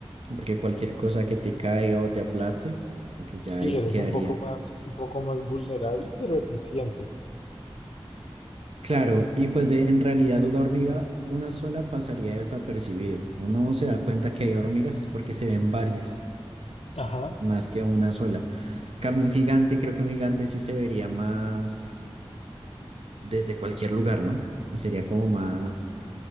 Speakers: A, on the right (about 80°); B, on the left (about 75°).
A: Porque cualquier cosa que te caiga o te aplaste, como que ya
B: Sí,
A: ahí
B: eres
A: quedaría.
B: un poco más, un poco más vulnerable, pero eficiente.
A: Claro, y pues de en realidad una hormiga, una sola pasaría desapercibido. Uno se da cuenta que hay hormigas es porque se ven varias,
B: Ajá.
A: más que una sola. En cambio, un gigante, creo que un gigante sí se vería más desde cualquier lugar, ¿no? Y sería como más